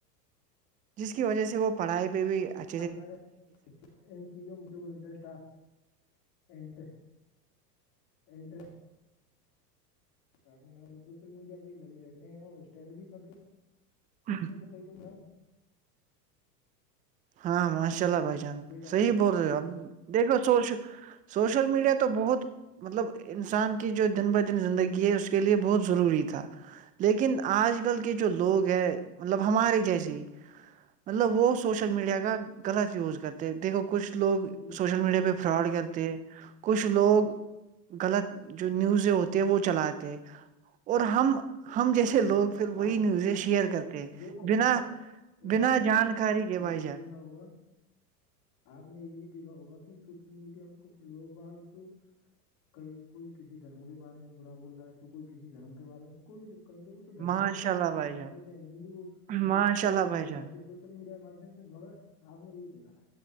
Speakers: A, on the right; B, on the left.
A: جس کی وجہ سے وہ پڑھائی پہ بھی اچا
B: تا ہے ان چیزوں میں مھے کو انٹرسٹ ہے انینٹر انینٹر چتے ن وہ سوشل میڈیا پہ ہی لگے رہتے ہیں اور اسٹینڈ بھی کرتے
A: ہاں
B: تو کئی لگ ہیں
A: ہاں ماشا اللہ بھائی جان
B: دیکھا
A: صحیح
B: ہوگا
A: بول رہے ہو اب دیکھو چ سوشل میڈیا تو بہت مطلب انسان کی جو دن بہ دن زندگی ہے اس کے لیے بہت ضروری تھا لیکن آج کل کے جو لوگ ہے مطلب ہمارے جیسے ہی مطلب وہ سوشل میڈیا کا غلط یوز کرتے دیکھو کچھ لوگ
B: جی ہاں
A: سوشل میڈیا پہ فراڈ کرتے ہیں کچھ لوگ غلط جو نیوزیں ہوتی ہے وہ چلاتے اور ہم ہم جیسے
B: جی
A: لوگ پھر وہی
B: آپ نے
A: نیوزیں
B: آپ نے
A: شیئر
B: یہ بھی
A: کرتے
B: دیکھو
A: بنا
B: آپ نے انشاء
A: بنا
B: اللہ آپ
A: جانکاری
B: نے
A: کے بھائی
B: یہ بھی
A: جان
B: دیکھا ہوگا آپ نے یہ بھی دیکھا ہوگا کہ سوشل میڈیا ا کچھ لوگ آگ تو کئی کوئی کسی دھرم کے بارے میں برا بول رہا ہے تو کوئی کسی دھرم کے بارے میں کوئی کئی لوگ تو دھرموں
A: ماشاء
B: میں لڑائی
A: اللہ
B: کر
A: بھائی
B: پاتے
A: جان
B: تھے ہندو مسلم
A: ماشاء
B: میں بھی
A: اللہ
B: لڑائی
A: بھائی
B: ہو
A: جان
B: جاتی ہے سوشل میڈیا کے مادھیم سے مگر آپ نے یہ بھی دیکھا تھا